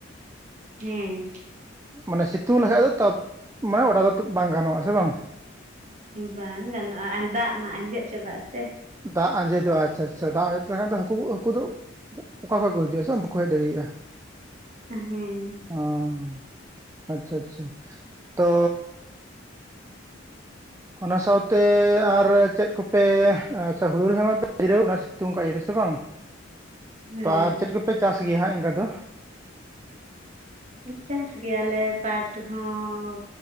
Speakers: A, on the right; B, on the right.
A: ᱦᱮᱸ
B: ᱢᱟᱱᱮ ᱥᱤᱛᱩᱝ ᱞᱮᱠᱷᱟᱡ ᱫᱚ ᱛᱟᱯ ᱢᱟᱱᱮ ᱚᱰᱟᱣ ᱫᱚ ᱵᱟᱝ ᱜᱟᱱᱚᱜᱼᱟ ᱥᱮ ᱵᱟᱝ?
A: ᱵᱟᱝ ᱜᱟᱱᱚᱜᱼᱟ ᱟᱨ ᱫᱟᱜ ᱢᱟ ᱟᱸᱡᱮᱫ ᱪᱟᱵᱟᱜᱼᱟ ᱥᱮ
B: ᱫᱟᱜ ᱟᱸᱡᱮ ᱫᱚᱜᱼᱟ, ᱟᱪᱪᱷᱟ ᱟᱪᱪᱷᱟ ᱫᱟᱜ ᱟᱸᱡᱮᱫ ᱞᱮ ᱠᱷᱟᱱ ᱫᱚ ᱦᱟᱹᱠᱩ ᱠᱩ ᱦᱟᱹᱠᱩ ᱫᱚ ᱚᱠᱟ ᱠᱷᱚᱡ ᱠᱚ ᱦᱤᱡᱩᱜᱼᱟ, ᱥᱮ ᱵᱟᱝ ᱵᱟᱠᱚ ᱦᱮᱡ ᱫᱟᱲᱤᱭᱟᱜᱼᱟ᱾
A: ᱦᱩᱸ
B: ᱚᱸᱻ ᱟᱪᱪᱷᱟ ᱟᱪᱪᱷᱟ ᱛᱚᱻ ᱚᱱᱟ ᱥᱟᱶᱛᱮ ᱟᱨ ᱪᱮᱫ ᱠᱚᱯᱮ ᱟᱪᱷᱟ ᱦᱩᱲᱩ ᱨᱮ ᱦᱚᱸ <unintelligible> ᱵᱟᱯᱮ ᱡᱤᱨᱟᱹᱣ <unintelligible> ᱥᱤᱛᱩᱝ ᱟᱠᱟᱜ ᱤᱨᱥᱮ ᱵᱟᱝ?
A: ᱦᱮᱸ
B: ᱛᱚ ᱟᱨ ᱪᱮᱫ ᱠᱚ ᱯᱮ ᱪᱟᱥ ᱜᱮᱭᱟ ᱦᱟᱸᱜ ᱤᱱᱠᱟ ᱫᱚ?
A: ᱪᱟᱥ ᱜᱮᱭᱟ ᱞᱮ ᱯᱟᱴ ᱦᱚᱸ